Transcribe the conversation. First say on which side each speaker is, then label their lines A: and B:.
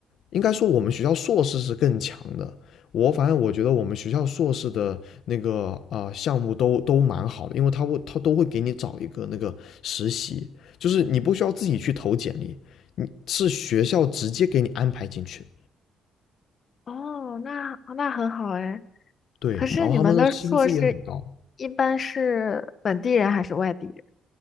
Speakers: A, on the left; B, on the left.
A: 应该说我们学校硕士是更强的。我反正我觉得我们学校硕士的那个啊项目都都蛮好的，因为他会他都会给你找一个那个实习，就是你不需要自己去投简历，你是学校直接给你安排进去。
B: 哦，那那很好哎。
A: 对，
B: 可是你们的硕士
A: 然后他们的薪资也很高，
B: 一般是本地人还是外地人？